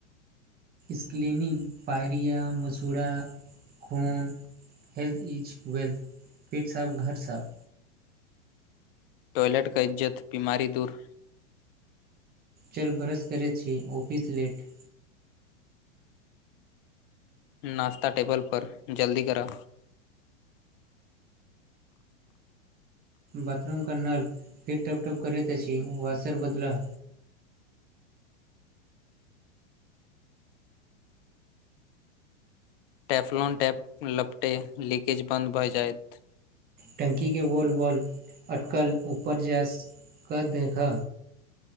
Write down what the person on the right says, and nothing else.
स्क्लेनिग पायरिया मसूड़ा खून हेल्थ इज वेल्थ पेट साफ घर साफ
चल ब्रश करै छी ऑफिस लेट
बाथरूम कऽ नल फिर ठप ठप करैत छी वाशर बदला
टंकी केँ वॉल वॉल अटकल ऊपर जा कऽ देखा